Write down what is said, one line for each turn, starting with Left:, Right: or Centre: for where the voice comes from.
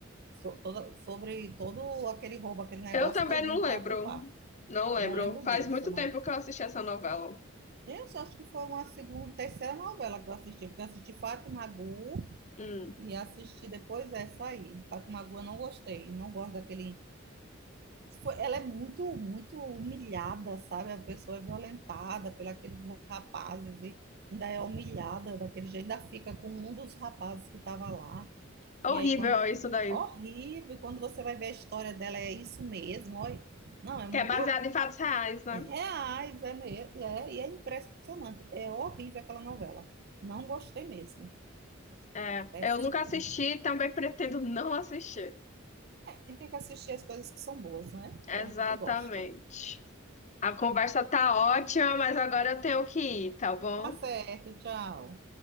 Right: so- toda- sobre todo aquele roubo, aquele negócio
Left: Eu também
Right: todinho
Left: não lembro.
Right: para culpar.
Left: Não lembro.
Right: Não lembro
Left: Faz
Right: disso,
Left: muito
Right: mas
Left: tempo que eu assisti essa novela.
Right: eu só acho que foi uma segunda, terceira novela que eu assisti, porque eu assisti Fátima Gu
Left: Hum,
Right: e assisti depois essa aí. Fátima Gu eu não gostei, não gosto daquele foi- ela é muito, muito humilhada, sabe? A pessoa é violentada pelos aqueles rapazes e ainda é humilhada daquele jeito, ainda fica com um dos rapazes que estava lá.
Left: horrível
Right: E aí, quando.
Left: isso daí.
Right: Horrível, e quando você vai ver a história dela, é isso mesmo. Olha, não, é muito
Left: Que é baseado em fatos reais, né?
Right: reais, é mesmo. É, e é impressionante. É horrível aquela novela. Não gostei mesmo.
Left: É.
Right: Péssimo.
Left: Eu nunca assisti e também pretendo não assistir.
Right: A gente tem que assistir as coisas que são boas, né?
Left: Exatamente.
Right: Que a gente gosta.
Left: A conversa tá ótima, mas agora eu tenho que ir, tá bom?
Right: Tá certo, tchau.